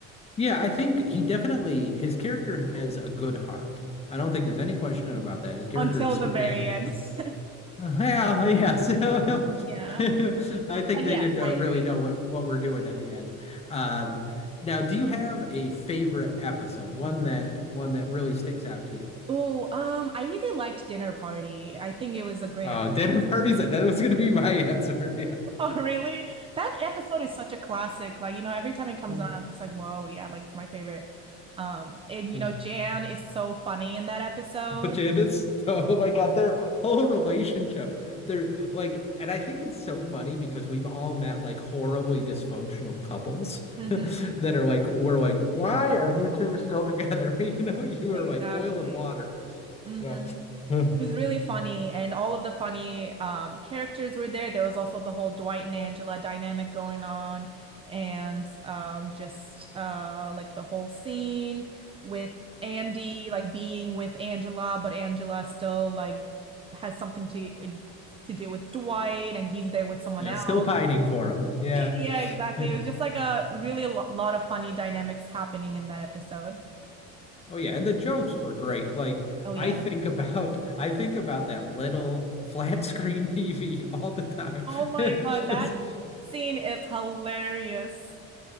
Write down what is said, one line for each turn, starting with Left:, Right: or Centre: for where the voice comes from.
Left: Yeah, I think he definitely, his character has a good heart. I don't think there's any question about that. His character
Right: Until
Left: certainly
Right: the very
Left: has a good
Right: end.
Left: heart. <laughs>
Right: <laughs>
Left: Uh, Well, yes. <laughs>
Right: Yeah.
Left: I think
Right: But
Left: they
Right: yes,
Left: didn't uh,
Right: I agree.
Left: really know what, what we're doing at the end. Um, now, do you have a favorite episode? One that one that really sticks out to you?
Right: Oh, um, I really liked Dinner Party. I think it was a great
Left: Uh,
Right: episode.
Left: dinner parties. That was going to be my answer.
Right: <laughs> Oh, really? That episode is such a classic. Like, you know, every time it comes
Left: Yeah.
Right: on, I'm just like, whoa, yeah, like it's my favorite. Um, and you
Left: <laughs>
Right: know, Jan is so funny in that episode.
Left: Janice, <laughs> oh my God, their whole relationship. They're like, and I think it's so funny because we've all met like horribly dysfunctional couples <laughs>
Right: hmm
Left: that are like, we're like, why are you two still together? <laughs> You know, you
Right: Exactly.
Left: are like oil and water.
Right: hmm
Left: Yeah. <laughs>
Right: It was really funny, and all of the funny um, characters were there. There was also the whole Dwight and Angela dynamic going on, and um, just uh, like the whole scene with Andy like being with Angela, but Angela still like has something to uh, to do with Dwight, and he's there with someone
Left: Yeah,
Right: else.
Left: still pining
Right: <laughs>
Left: for him. Yeah.
Right: Yeah,
Left: <laughs>
Right: exactly.
Left: Yeah.
Right: It was just like a really a lo- lot of funny dynamics happening in that episode.
Left: Oh yeah, and the jokes were great. Like
Right: Oh yeah.
Left: I think about I think about that little flat screen <laughs> TV all the time.
Right: Oh
Left: <laughs>
Right: my
Left: It's
Right: God,
Left: just
Right: that scene is hilarious.